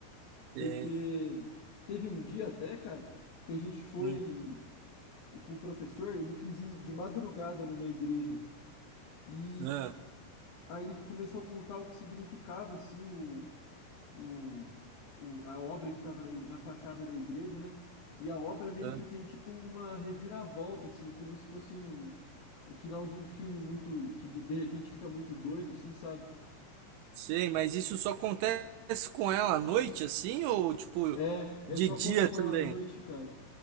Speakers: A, on the left; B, on the right.
A: Porque
B: é,
A: teve um dia até, cara, que a gente foi
B: hum,
A: o- com o professor, ele quis ir de madrugada numa igreja e
B: ah,
A: aí ele começou a contar o que significava assim o o, o- a obra que estava na, na fachada da igreja, né? E a obra meio
B: ah.
A: que tem tipo uma reviravolta, assim, como se fosse um, o final de um filme muito, que do- de repente fica muito doido, assim, sabe?
B: Sei, mas isso só acontece com ela à noite, assim, ou tipo
A: É, é
B: de
A: só
B: dia
A: com, com
B: também?
A: ela à noite, cara.